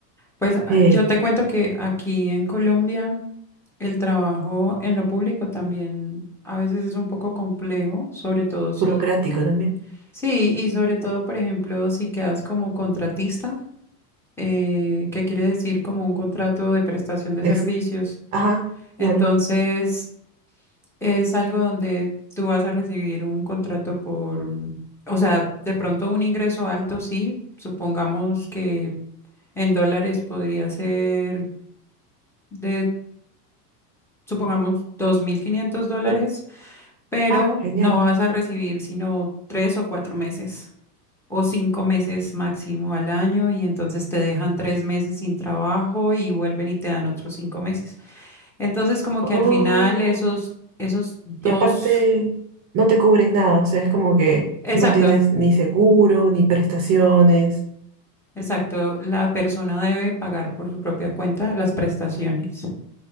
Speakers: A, in the centre; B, on the right.
A: Pues a-
B: Sí.
A: yo te cuento que aquí en Colombia El trabajo en lo público también a veces es un poco complejo, sobre todo si,
B: burocrático también.
A: sí, y sobre todo, por ejemplo, si quedas como contratista, eh, que quiere decir como un contrato de prestación de
B: Es,
A: servicios.
B: ajá,
A: Entonces,
B: claro.
A: es algo donde tú vas a recibir un contrato por, mm, o sea, de pronto un ingreso alto, sí, supongamos que en dólares podría ser de, supongamos, dos mil quinientos dólares
B: De-
A: pero
B: ah, genial.
A: no vas a recibir sino tres o cuatro meses o cinco meses máximo al año y entonces te dejan tres meses sin trabajo y vuelven y te dan otros cinco meses. Entonces como
B: Oh,
A: que al final esos, esos dos,
B: y aparte no te cubren nada, o sea, es como que
A: exacto,
B: no tienes ni seguro, ni prestaciones.
A: exacto, la persona debe pagar por su propia cuenta las prestaciones.